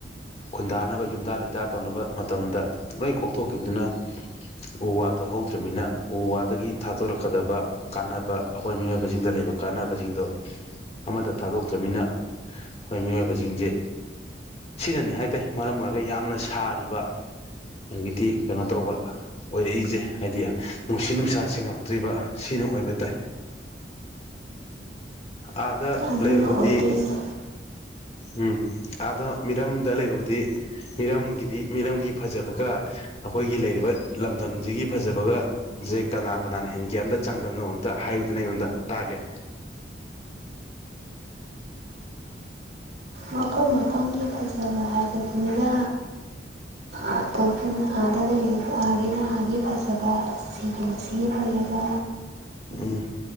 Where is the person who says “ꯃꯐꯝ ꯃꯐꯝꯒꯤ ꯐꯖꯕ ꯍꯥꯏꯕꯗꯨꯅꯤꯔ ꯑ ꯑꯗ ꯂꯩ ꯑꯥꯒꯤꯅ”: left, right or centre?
Right